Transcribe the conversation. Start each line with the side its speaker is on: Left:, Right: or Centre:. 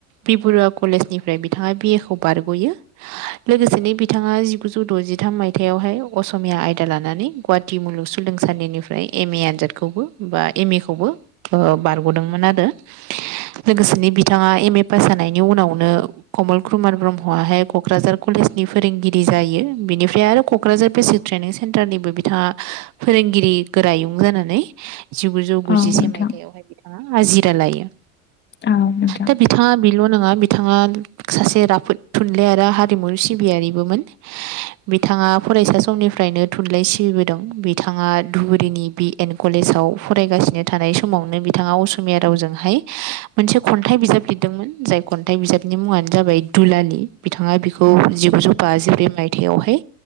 Right: बिबुरुवा कलेजनिफ्राय बिथाङा बिए खौ बारग'यो। <unintelligible> लोगोसेनो बिथाङा जिगुजौ द'जिथाम मायथाइयावहाय असमिया आयदा लानानै गुवाहाटि मुलुग सोलों सानदिनिफ्राय एम ए आनजादखौबो बा एम ए खौबो ओ बारग'दोंमोन आरो। लोगोसेनो बिथाङा एम ए पास जानायनि उनावनो कमल क्रुमार ब्रह्मआहाय क'क्राझार कलेजनि फोरोंगिरि जायो बिनिफ्राय आरो क'क्राझार बेसिक ट्रेनिं सेन्टारनिबो बिथाङा फोरोंगिरि गोरायुं जानानै जिगुजौ गुजिसे
Left: औ नोंथां
Right: मायथाइयावहाय बिथाङा आजिरा लायो
Left: औ नोंथां
Right: दा बिथाङा बेल' नङा बिथाङा सासे राफोद थुन थुनलाइ आरो हारिमु सिबियारिबोमोन बिथाङा फरायसा समनिफ्रायनो थुनलाइ सिबिबोदों। दों बिथाङा धुबुरीनि बि एन कलेजाव फरायगासिनो थानाय समावनो बिथाङा असमिया राव जोंहाय मोनसे खन्थाइ बिजाब लिरदोंमोन जाय खन्थाइ बिजाबनि मुङानो जाबाय दुलालि। बिथाङा बिखौ जिगुजौ बाजिब्रै मायथाइयावहाय